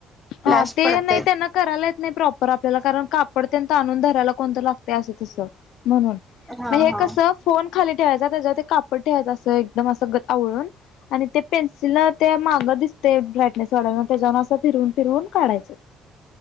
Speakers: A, in the centre; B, on the left (about 80°).
A: फ्लॅश
B: हा ते
A: पडते
B: नाही त्यांना करायलाेत नाही प्रप आपल्याला कारण कापड त्यांंत आणून धरायला कोणतं लागत असं तस. म्हणून
A: हा
B: म हे
A: हा
B: कस फोन. खाली ठेवायचा त्याच्यावर कापड ठेवायचं असं एकदम असं आवळून आणि ते पेन्सिलला ते महागं दिसते ब्राटनेस वाढयं त्याच्यान असं फिरून तिरून काढयच.